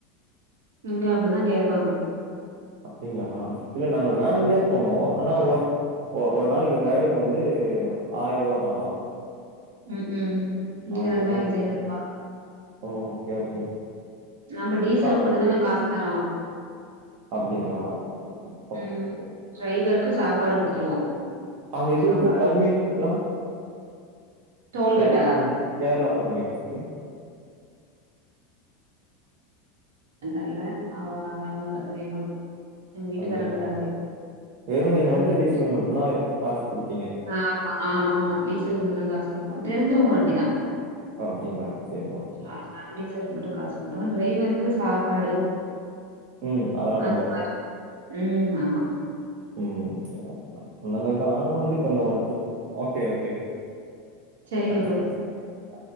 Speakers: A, on the right; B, on the right.
A: இங்க அப்டிதா கேப்பாங்க
B: அப்டிங்களா இல்ல நாங்க வேன்லே போனோ ஆனா ஒ ஒரு நாளைக்கு டிரைவருக்கு வந்து ஆயருவா தா
A: ம் ம் இங்க
B: அது
A: ரெண்டாயிரத்தி
B: நாளைக்கு
A: ஐநூறுபா
B: ஓ ஓகே ஓகே
A: நாம டீசலுக்கு
B: ஆ
A: மட்டு தானே காஸ் தரோ
B: அப்டிங்களா ஓகே
A: ம்
B: ஓகே
A: டிரைவருக்கு சாப்பாடு குடுத்துருவோ
B: அந்த இதுவுக்கு
A: சாப்பாடு
B: பர்மிட்க்லா
A: டோல்கேட்டா
B: கேர்ளா பர்மிட்‌ கேரளா பர்மிட்ருக்கு
A: தெர்ல அவ அத அவுங்க கிட்டதா‌ கேட்கணு எங்க வீட்டுக்காரங்க
B: அப்டிங்களா
A: கிட்ட தா
B: வெறு நீங்க
A: அது
B: வந்து
A: பத்
B: டீசலுக்கு மட்டு தா காஸ் குடுத்தீங்க
A: ஆமா ஆமா ஆமா டீசல்கு மட்டு தா காஸ் குடுத்தோ தெரிஞ்சவங்க வண்டிதா
B: அப்டிங்களா சேரி ஓகே
A: அதா டீசலுக்கு மட்டு காஸ் குடுத்தோ டிரைவருக்கு சாப்பாடு
B: ம் அதெல்லா நம்போ
A: அந்த மாரி ம் ஆமா
B: ம் அந்த மாரிதா ஆனா வந்து கொஞ்சோ <unintelligible> ட்டு ஓகே ஓகே
A: சேரிங்க
B: அடுத்த
A: ப்ரோ
B: கால் சந்திக்கலா